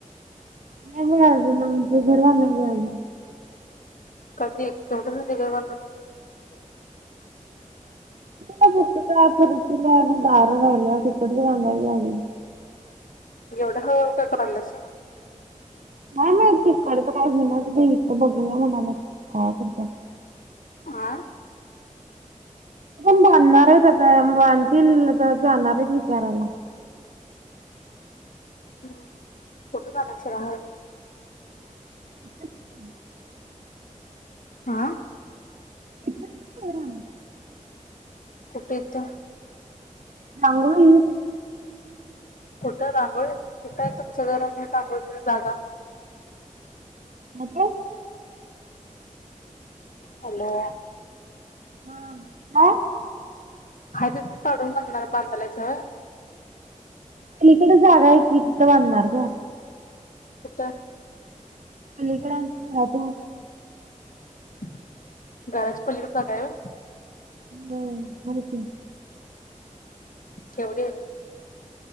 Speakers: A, on the right (about 65°); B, on the left (about 80°).
A: नाहीवेळाज नम ते घरवा म वळाज <unintelligible>
B: कधी केवढं झाले का वणन
A: फ फट फरती म्हडार ला लाया टिकट दला घली <unintelligible>
B: एवढ हळूहळू का करायला सा?
A: नाही माहिती कडत काय घणच ते इथ बघूया म्हणाला काय करतात.
B: आह.
A: पण बांधणार आहेत आता बांधतील जाणारच विचारायला.
B: हम् फुठ का <unintelligible> सला
A: <inaudible>
B: आ
A: अह कर
B: कुठेेयत
A: रांगोळी
B: कुठं रांगोळीत कुठं आहे तुमच् घर आणि रांगोळीसाठी जागा
A: <unintelligible>
B: हॅलो
A: हम्म <unintelligible>
B: हाय तितच चढून बंगला बांधायलायच व्हय
A: तिकड जागा हाय की तिथं बनणार ग
B: कुठ
A: खली कडांत झा प <unintelligible> <inaudible>
B: घराच्या पलीकड जागा ए व्हय
A: बर माहिती ए
B: केवढी